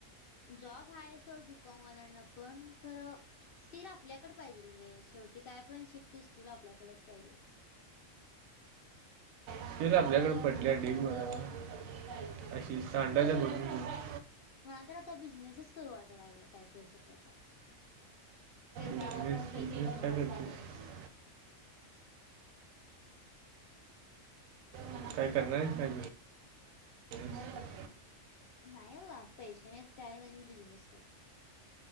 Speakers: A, on the left; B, on the right.
A: जॉब आहे सोड बी. कॉम वाल्यांना पण खरं स्किल आपल्याकडे पाहिजेल रे शेवटी काय पण शिक तू स्किल आपल्याकडेच पाहिजेल
B: स्किल आपल्याकड पडल्या डीग भर हाय बघ अशी सांडाल्या भरून भरून.
A: मला तर आता बिझनेसच करू वाटलाय लागलय काहीतरी स्वतःच खरं
B: बिझनेस
A: तेला पण
B: बिझनेस
A: पैसे कमवायलाच
B: काय करतेस
A: पाहिजेल
B: हम काय करणार हायस काय तू नेमकं
A: नाही बाबा पैसे नाहीत कायच आणि बिझनेस करतो